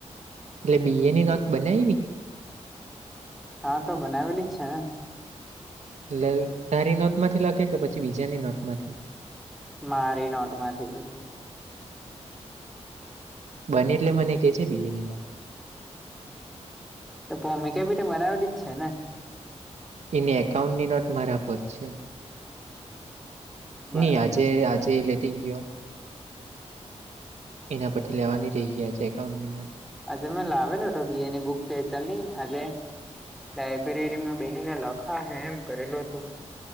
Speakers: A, on the right; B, in the centre.
A: એટલે બી એની નોત બનાયવી?
B: હા તો બનાવેલી જ છે, ને.
A: એટ તારી નોટમાંથી લખે કે પછી બીજાની નોટમાંથી?
B: મારી નોટમાંથી વરી.
A: બને એટલે બને કે જે બી એની નોટ.
B: તો <unintelligible> તો બનાવેલી જ છે, ને.
A: એની એકાઉન્ટની નોટ મારા પર છે.
B: બરાબર
A: નહી આજે આજે લેટી ગયો. એના પરથી લેવાની રહી ગયા છે એકાઉન્ટની નોટ.
B: આજે મેં લાવેલો હતો બી એ ની બુક છે ચાલની આજે લાઈબ્રેરીમાં બેહી લખા હે એમ કરેલું હતું.